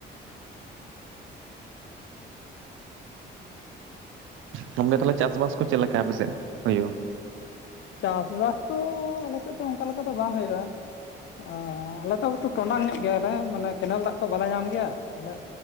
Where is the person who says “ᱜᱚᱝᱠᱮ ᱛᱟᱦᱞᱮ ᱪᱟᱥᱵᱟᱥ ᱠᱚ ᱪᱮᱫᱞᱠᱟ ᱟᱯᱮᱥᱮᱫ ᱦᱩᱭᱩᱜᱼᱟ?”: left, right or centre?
Right